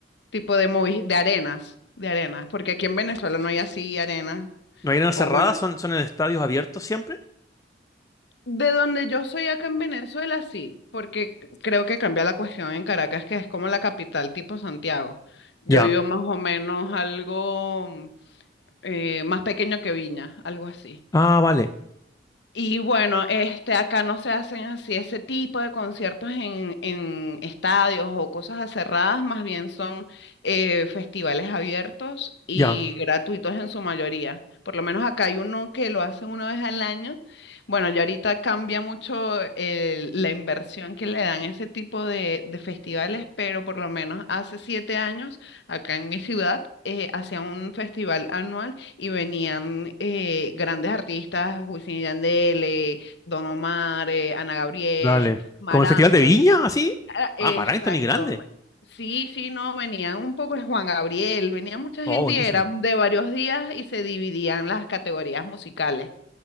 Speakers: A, on the left; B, on the left.
A: Tipo de movi- de arenas, de arenas, porque aquí en Venezuela no hay así arenas.
B: ¿No hay arenas
A: O
B: cerradas?
A: bueno,
B: sí. ¿Son, son en estadios abiertos siempre?
A: de donde yo soy acá en Venezuela sí, porque creo que cambia la cuestión en Caracas, que es como la capital tipo Santiago. Yo
B: Ya.
A: vivo más o menos algo eh, más pequeño que Viña, algo así.
B: Ah, vale.
A: Y bueno, este, acá no se hacen así ese tipo de conciertos en, en estadios o cosas cerradas, más bien son eh, festivales abiertos y
B: Ya.
A: gratuitos en su mayoría. Por lo menos acá hay uno que lo hacen una vez al año. Bueno, ya ahorita cambia mucho el- la inversión que le dan a ese tipo de, de festivales, pero por lo menos hace siete años, acá en mi ciudad, eh, hacían un festival anual y venían eh, grandes artistas, Wisin y Yandel, eh, Don Omar, eh, Ana Gabriel,
B: Dale.
A: Mar
B: ¿Como el
A: Anthony.
B: Festival de Viña, así?
A: Ah, Exacto.
B: Ah, Maranhão es grande.
A: Sí, sí, no, venían un poco de Juan Gabriel, venía mucha gente
B: Oh, buenísimo.
A: y eran de varios días y se dividían las categorías musicales.